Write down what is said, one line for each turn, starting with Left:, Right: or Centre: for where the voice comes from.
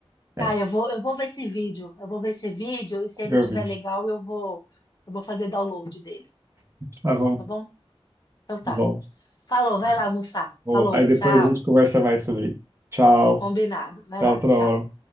Right: É,
Left: tá, eu vou, eu vou ver esse vídeo, eu vou ver esse vídeo e se ele
Right: ver
Left: tiver
Right: o vídeo.
Left: legal, eu vou, eu vou fazer download dele,
Right: Tá bom,
Left: tá
Right: tá
Left: bom? Então tá.
Right: bom.
Left: Falou, vai
Right: É,
Left: lá almoçar.
Right: bom.
Left: Falou,
Right: Aí depois
Left: tchau.
Right: a gente conversa mais sobre isso. Tchau,
Left: Combinado, vai
Right: até
Left: lá,
Right: outra
Left: tchau.
Right: hora.